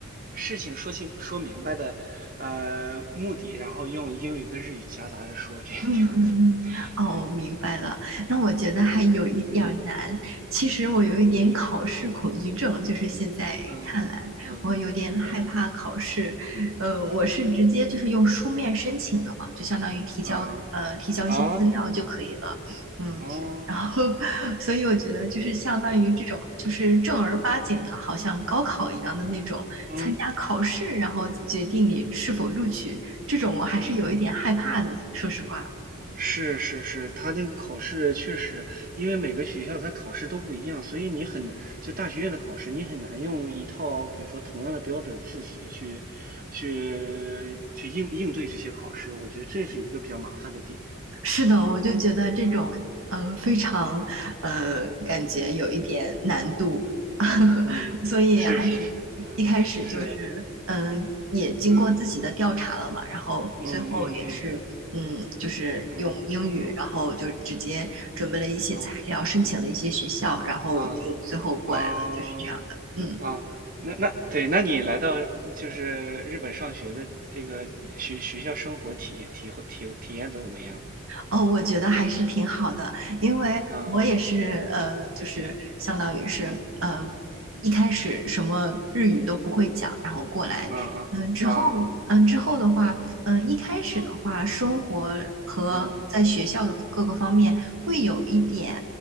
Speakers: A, on the right; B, on the right.
A: 事情说清说明白的，呃，目的，然后用英语跟日语夹杂着说，这个样子。
B: 嗯嗯嗯，
A: <laughs>
B: 哦，
A: 对，
B: 我明白了。那我觉得还有一点儿难。
A: 对对对，
B: 其实我有一点考试恐惧症，
A: 嗯
B: 就是现在看来，
A: 嗯嗯嗯，
B: 我有点害怕考试。呃，
A: 是，
B: 我是直接就是用书面申请的嘛，就相当于提交呃提交一些资料就可以了。
A: 啊啊
B: 嗯，
A: 啊
B: 然后 <laughs> 所以我觉得就是相当于这种就是正儿八经的，好像高考一样的那种参加考试，
A: 嗯
B: 然后决定你是否录取，这种我还是有一点害怕的，
A: 嗯，
B: 说实话。
A: 是是是，他那个考试确实，因为每个学校它考试都不一样，所以你很难，就大学院的考试，你很难用一套比如说同样的标准复习去去去应应对这些考试，我觉得这是一个比较麻烦的点。
B: 是的，我就觉得这种呃非常呃感觉有一点难度，
A: 嗯，是，
B: <laughs>
A: 嗯，
B: 所以还是一开始就是嗯、
A: 是是是，嗯，是，
B: 也经过自己的调查了嘛，
A: 嗯
B: 然后最后也是嗯就是用英语，
A: 嗯嗯嗯嗯嗯
B: 然后就直接准备了一些材料，
A: 嗯
B: 申请了一些学校，然后就最后过来了，
A: 啊啊
B: 就是这样的。嗯，
A: 啊！那那对，那你来到就是日本上学的这个学学校生活体验体会体体验怎么样？
B: 哦，我觉得还是挺好的，因为我也是呃，
A: 啊
B: 就是相当于是呃，
A: 嗯嗯
B: 一开始什么日语都不会讲，然后过来，
A: 啊啊啊
B: 嗯、之后嗯、之后的话，嗯、一开始的话，
A: 啊
B: 生活和在学校的各个方面会有一点
A: 嗯